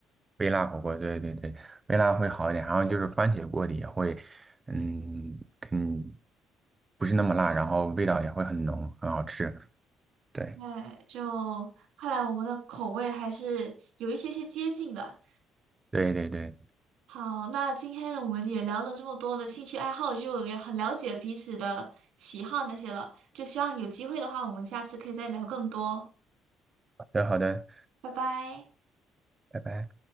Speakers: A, on the right; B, on the right.
A: 微辣火锅，对对对，微辣会好一点。然后就是番茄锅底也会，嗯嗯，不是那么辣，然后味道也会很浓，很好吃。对
B: 对，就看来我们的口味还是有一些些接近的。
A: 对对对，
B: 好，那今天我们也聊了这么多的兴趣爱好，就也很了解彼此的喜好那些了。就希望有机会的话，我们下次可以再聊更多。
A: 好的好的，
B: 拜拜。
A: 拜拜。